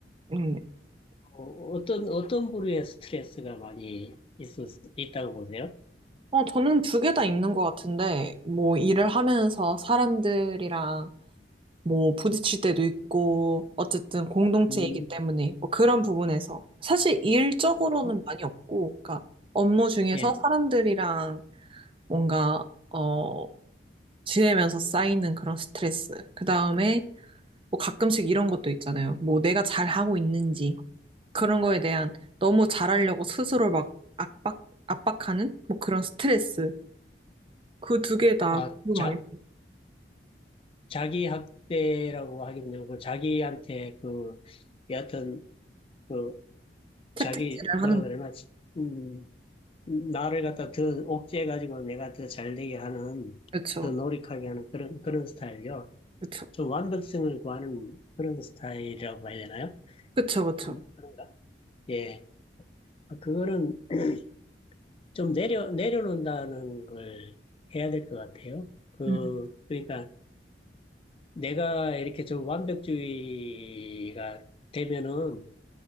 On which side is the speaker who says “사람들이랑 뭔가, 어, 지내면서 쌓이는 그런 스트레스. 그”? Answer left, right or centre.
Right